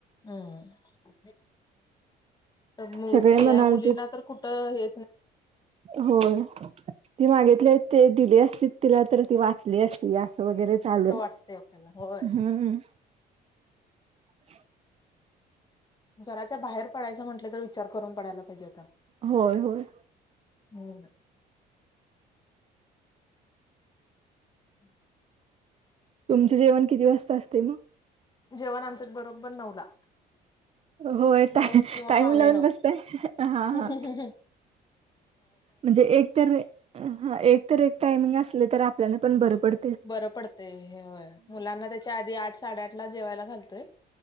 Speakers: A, on the left; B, on the right.
A: हम् तर
B: सगळे
A: स्त्रिया
B: म्हणाल
A: मुलीना
B: ते
A: तर कुठ त हे
B: हो ती मागितली ते दिली असती तिला तर ती वाचली असती असं वगैरे चालू
A: असं
B: आहे
A: वाटतंय आपल्याला होय
B: हम्म ह
A: घराच्या बाहेर पडायचं म्हटलं तर विचार करून पडायला पाहिजे आता
B: होय होय
A: हम् ह्
B: तुमचे जेवण किती वाजता असते मग
A: जेवण आमच्यात बरोबर नवला
B: होय टाय
A: नऊ किंवा
B: टाइम
A: पावणे
B: लावून
A: नऊ
B: बसताय हा
A: हम्म
B: हा
A: हम्म
B: म्हणजे एक तर ह एक तर एक टायमिंग असले तर आपल्याला पण बरं पड
A: बरं पडतय हेय मुलांना त्याच्या आधी आठ साडेआठ ला जेवायला घालतोय